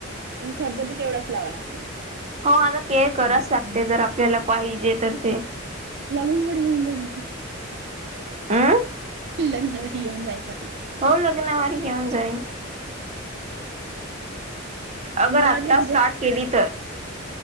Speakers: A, on the right; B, on the right.
A: आणि खर्च बी तेवढाच लावाय लागतेय मग.
B: हो आता केअर करायचं लागते जर आपल्याला पाहिजे तर ते‌.
A: लग्नावर घेऊन जायल ना?
B: अं
A: लग्नावर येऊन जाईन म्हणा.
B: हो लग्नावर घेऊन जाईन. अगर
A: मला
B: आता
A: वाटलं तिच्या
B: स्टार्ट केली तर.